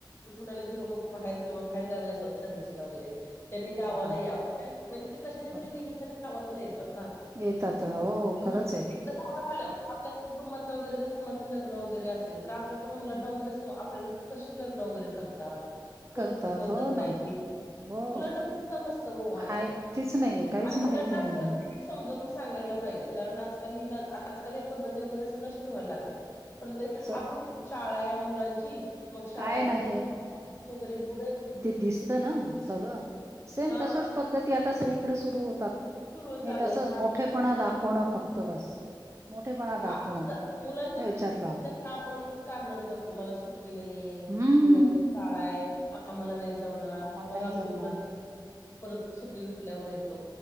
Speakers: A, on the left (about 30°); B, on the right (about 35°).
A: पुण्याला जी लोक बाहेर किंवा बाहेर गावी असत सर्विसला वगैरे त्यांनी गावालायाव
B: हो ना.
A: म्हणजे ते कशाच्या
B: बरोबर.
A: तरी निमितताने गावाला येतात
B: येतात. हो खरंच
A: येतात
B: आहे.
A: ना आपल्या कुटुंबातला वगैरे जर कोणाचं लग्न वगैरे असेल तर आपल्या पण मुलांना
B: हं,
A: वगैरे आपल्याकडे कशी लग्न वगैरे करतात कोणती
B: करतात
A: पद्धत
B: हो
A: मुलांना
B: ना. हो.
A: पण समस्त हो आजकाल
B: हाय तेच नाहीये काहीच
A: आणि
B: माहिती
A: मुलांना
B: नाहीये
A: आजकाल <inaudible> किनाही समजवून सांगायला पाहिजे कारण आजकाल निदान आजकाल हे पद्धती वगैरे अस नष्ट व्हायला लागल्यात परत ते
B: स
A: आपण शाळा आहे मुलांची मग शाळा
B: काय नाही
A: बुडेेल तोबरे बुडेेल
B: दिसत ना सगळं सेम
A: हा
B: तशाच पद्धती आता सगळीकडे सुरू होतात
A: सुरू
B: नाही
A: चाललंय
B: तसच
A: ना आजकाल
B: मोठेपणा दाखवणं फक्त बस मोठेपणा
A: ते काय
B: दाखवणं
A: आपणच जर मुलांच्या
B: याच्यातला
A: पेक्षा जास्तीत जास्त आपणच कारण देत असतो मला सुट्टी नाहीये
B: हम्म
A: मुलांची शाळा आहे आम्हाला नाही जमणार जमणार
B: मला
A: मग
B: नाही
A: आम्ही
B: जमणार
A: परत येतो परत सुट्टी भेटल्यावर येतो